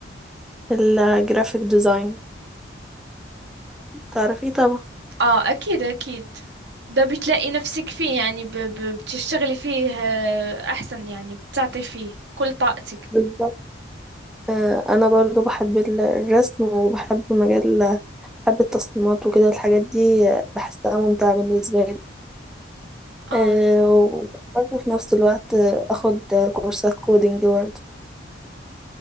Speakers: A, in the centre; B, on the right (about 65°).
A: الجرافيك ديزاين تعرفيه طبعا
B: اه اكيد اكيد ده بتلاقي نفسك فيه يعني ب ب بتشتغلي فيه آه، احسن يعني بتعطي فيه كل طاقتك
A: بالظبط آه، انا برضو بحب ال- الرسم وبحب مجال بحب التصميمات وكده الحاجات دي آه، بحسها ممتعة بالنسبة لي
B: اه
A: آه، وبرضو في نفس الوقت آه، اخد كورسات كودينج برضو